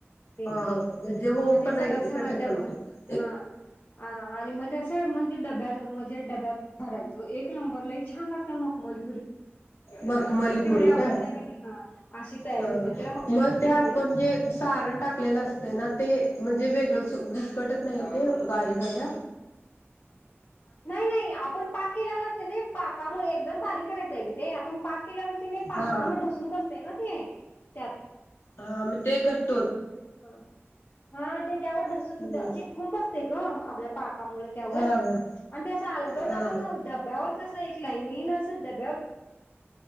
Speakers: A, on the left (about 45°); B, on the left (about 70°).
A: तेन
B: हा हा म्हणजे मऊ
A: मग ते
B: पण
A: सगळं
B: येत
A: अस
B: नाही
A: हा
B: कटक
A: डबा
B: पण येत
A: हा हा आणि मग ते असं म्ह डब्यात म्हणजे डब्यात भरायच एक नंबर लय छान लागत मकमली.
B: मखमली पुरी
A: आवडत्या
B: काय
A: का नाही हा अशी तयारी
B: हा
A: होते त्याला मखमली
B: मग
A: पुरी
B: ते आपण
A: म्हणायची.
B: जे सारण टाकलेलं, असते ना ते म्हणजे वेगळ <unintelligible> घटत नाही ये बाही झाल
A: नाही नाही आपण पाक केलेला असतोय, नाई पाकामुळे एकदम बारीक करायचय गं ते ते आपण पाक के लेलो असतं, नाही पाकामुळे
B: हा
A: ढसून बसते ना ते. त्यात
B: हा मी ते घट
A: हा हा ते त्यावर ढसून
B: हम्म
A: चिटकून बसते ग, आपल्या पाकामुळे त्यावर
B: हा हा
A: आणि तें आलगत
B: हा
A: आपण डब्यावर कस एक लाईनीन च <unintelligible>